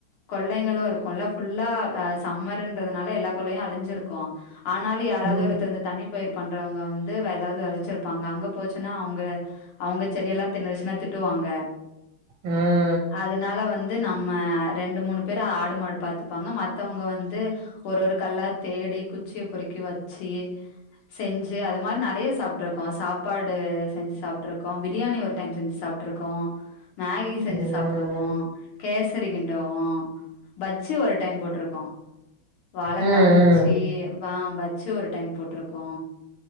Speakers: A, on the left; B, on the right.
A: கொள்ளைங்களு இருக்குல்ல ஃபுல்லா அ சம்மருன்றதுனால எல்லா கொள்ளையு அழிஞ்சிருக்கு ஆனாலு யாராவுது
B: ம்
A: ஒருத்தர் இந்த தண்ணி பயிர் பண்றவங்க வந்து வெதாவ்து வெதச்சிருப்பாங்க அங்க போச்சுன்னா அவுங்க அவுங்க செடியெல்லா தின்னுருசினா திட்டுவாங்க
B: ம்
A: அதனால வந்து நம்ம ரெண்டு மூணு பேரு ஆடு மாடு பாத்துப்பாங்க மத் தவங்க வந்து ஒரு ஒரு கல்லா தேடி குச்சிய பொறிக்கி வச்சி செஞ்சு அது மாரி நெறைய சாப்ட்டு இருக்கோ சாப்பாடு செஞ்சு சாப்ட்டுருக்கோ பிரியாணி ஒரு டைம் செஞ்சு சாப்ட்ருக்கோ மேகி செஞ்சு
B: ம்
A: சாப்பிடுவோ கேசரி கிண்டுவோ பஜ்ஜி ஒரு டைம் போட்ருக் வாழக்கா
B: ம்
A: வச்சு
B: ம்
A: வாம்பச் ச்சு ஒரு டைம் போட்ருக்கோ